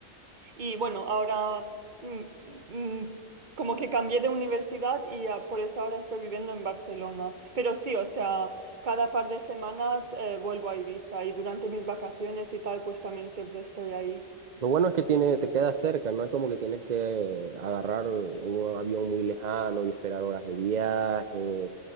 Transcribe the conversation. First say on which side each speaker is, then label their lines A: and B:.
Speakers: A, on the right; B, on the right.
A: Y bueno, ahora mm, mm, como que cambié de universidad y ah, por eso ahora estoy viviendo en Barcelona. Pero sí, o sea, cada par de semanas eh, vuelvo a Ibiza y durante mis vacaciones y tal, pues también siempre estoy ahí.
B: Lo bueno es que tiene, te queda cerca, no es como que tienes que agarrar un avión muy lejano y esperar horas de viaje